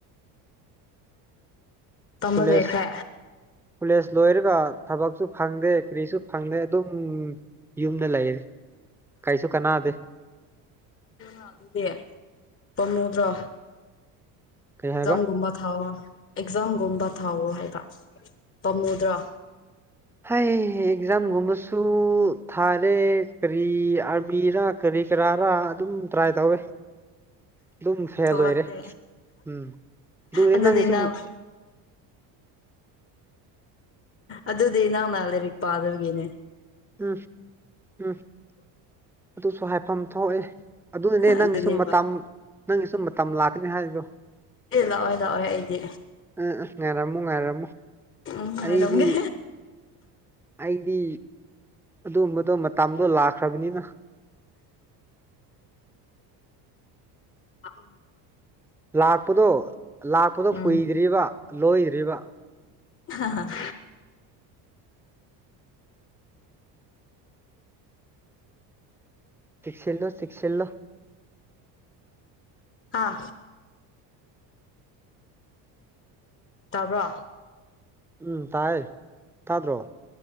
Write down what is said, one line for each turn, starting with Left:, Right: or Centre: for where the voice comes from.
Left: ꯇꯝꯕꯗꯦꯈ
Centre: ꯀꯣꯂꯦꯖ ꯀꯣꯂꯦꯖ ꯂꯣꯏꯔꯒ ꯊꯕꯛꯁꯨ ꯐꯪꯗꯦ ꯀꯔꯤꯁꯨ ꯐꯪꯗꯦ ꯑꯗꯨꯝ ꯌꯨꯝꯗ ꯂꯩꯔꯦ ꯀꯩꯁꯨ ꯀꯅꯥꯗꯦ
Left: ꯑꯗꯨꯗꯦ ꯐꯝꯃꯨꯗ꯭ꯔꯥ
Centre: ꯀꯩ ꯍꯥꯏꯕ
Left: ꯝ ꯨꯃꯣ ꯊꯥꯎꯣ ꯑꯦꯛꯖꯥꯝꯒꯨꯝꯕ ꯊꯥꯎꯋꯣ ꯍꯥꯏꯕ ꯄꯥꯝꯃꯨꯗ꯭ꯔꯣ
Centre: ꯍꯥꯏ ꯑꯦꯛꯖꯥꯝꯒꯨꯝꯕꯁꯨ ꯊꯥꯔꯦ ꯀꯔꯤ ꯑꯥꯔꯃꯤꯔꯥ ꯀꯔꯤ ꯀꯔꯤ ꯀꯔꯥꯔ ꯑꯗꯨꯝ ꯇ꯭ꯔꯥꯏ ꯇꯧꯏꯤ ꯑꯗꯨꯝ ꯐꯦꯜ
Left: ꯊꯣꯛꯂꯛꯇꯦ
Centre: ꯑꯣꯏꯔꯦ ꯎꯝ ꯔ
Left: ꯑꯗꯨꯗꯤ
Centre: ꯅꯪꯒꯦ ꯁꯨꯝ
Left: ꯅꯪ ꯑꯗꯨꯗꯤ ꯅ ꯃꯥ ꯂꯩꯔꯤꯛ ꯄꯥꯗꯕꯒꯤꯅꯦ
Centre: ꯎꯝ ꯎꯝ ꯑꯗꯨꯁꯨ ꯍꯥꯏꯐꯝ ꯊꯣꯛꯑꯦ ꯑꯗꯨꯅꯅꯦ
Left: ꯑꯗꯨꯅꯦꯕ
Centre: ꯅꯪꯒꯤꯁꯨꯨꯝ ꯃꯇꯝ ꯅꯪꯒꯤꯁꯨꯨꯝ ꯃꯇꯝ ꯂꯥꯛꯀꯅꯦ ꯍꯥꯏꯗꯣ
Left: ꯑꯦ ꯂꯥꯛꯑꯣꯦ ꯂꯥꯛꯑꯣꯦ ꯑꯩꯗꯤ
Centre: ꯑ ꯉꯥꯏꯔꯝꯃꯨ ꯉꯥꯏꯔꯝꯃꯨ
Left: ꯎ ꯍꯔꯣꯦ
Centre: ꯑꯩꯗꯤ ꯑꯩꯗꯤ ꯑꯗꯨꯝꯕꯗꯣ ꯃꯇꯝꯗꯣ ꯂꯥꯛꯈ꯭ꯔꯕꯅꯤꯅ
Left: ꯑꯣꯏ ꯅꯨꯡꯉꯥꯏ
Centre: ꯂꯥꯛꯄꯗꯣ ꯂꯥꯛꯄꯗꯣ
Left: ꯎꯝ
Centre: ꯀꯨꯏꯗ꯭ꯔꯤꯕ ꯂꯣꯏꯗ꯭ꯔꯤꯕ
Left: ꯑ <unintelligible>
Centre: ꯁꯤꯁꯤꯂꯣ ꯁꯤꯁꯤꯜꯂꯣ
Left: ꯑꯥ <unintelligible> ꯇꯥꯕ꯭ꯔꯣ
Centre: ꯎꯝ ꯇꯥꯏ ꯊꯗ꯭ꯔꯣ